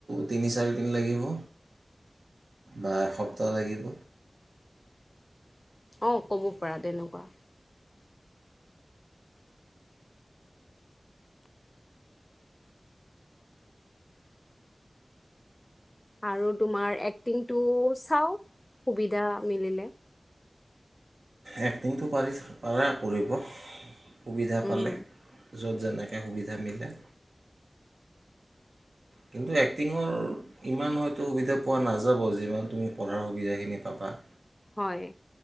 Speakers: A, on the right; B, on the left.
A: তিনি চাৰি দিন লাগিব বা এসপ্তাহ লাগিব।
B: অ' ক'ব পাৰা তেনেকুৱা। আৰু তোমাৰ এক্টিংটো চাওঁ, সুবিধা মিলিলে।
A: এক্টিংটো পাৰি। পাৰা কৰিব। সুবিধা
B: উম
A: পালে য'ত যেনেকৈ সুবিধা মিলে কিন্তু এক্টিঙৰ ইমান হয়তো সুবিধা পোৱা নাযাব যিমান তুমি পঢ়াৰ সুবিধাখিনি পাবা৷
B: হয়